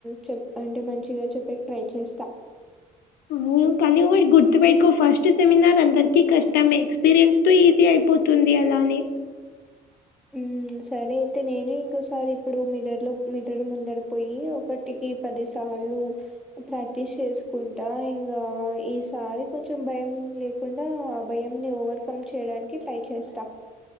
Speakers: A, in the centre; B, on the left.
A: చెప్ అంటే మంచిగా చెప్పేకి ట్రై చేస్తా
B: మ్మ్ కానీ ఒకటి గుర్తు పెట్టుకో ఫస్ట్ సెమినార్ అందరికీ కష్టమే ఎక్స్పీరియన్స్ మస్తు ఈజీ అయిపోతుంది అలానే
A: ఉమ్ సరే అయితే నేను ఇంకోసారి ఇప్పుడు మిర్రర్ లో మిర్రర్ ముందరుకుపోయి ఒకటికి పది సార్లు ప్రాక్టీస్ చేసుకుంటా ఇంగా ఈసారి కొంచెం భయం లే కుండా ఆ భయంని ఓవర్కమ్ చేయడానికి ట్రై చేస్తా